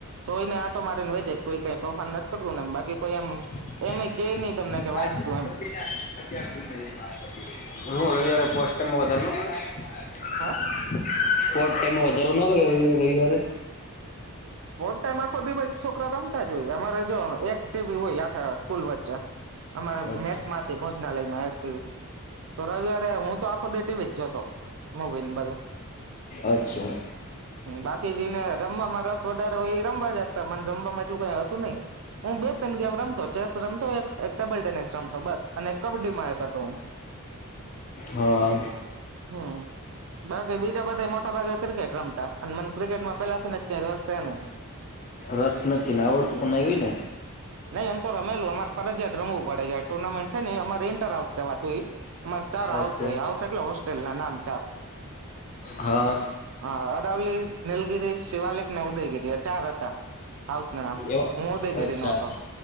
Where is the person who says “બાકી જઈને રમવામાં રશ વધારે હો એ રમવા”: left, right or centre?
Right